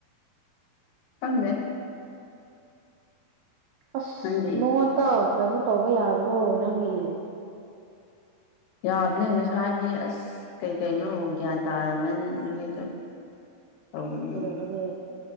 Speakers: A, on the left; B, on the right.
A: ꯈꯪꯗꯦ
B: ꯑꯁ
A: ꯅꯪꯗꯤ
B: ꯃꯉꯣꯟꯗ ꯀꯩꯅꯣ ꯇꯧꯕ ꯌꯥꯗ꯭ꯔꯣ ꯅꯪꯒꯤ
A: ꯌꯥꯕꯅꯦ ꯉꯁꯥꯏꯒꯤ ꯑꯁ ꯀꯩ ꯀꯩꯅꯣ ꯒ꯭ꯌꯥꯟ ꯇꯥꯔꯕꯅꯤ ꯑꯗꯨꯒꯤ ꯇꯧꯗꯕꯅꯤ
B: ꯀꯩꯗꯧꯔꯒꯦ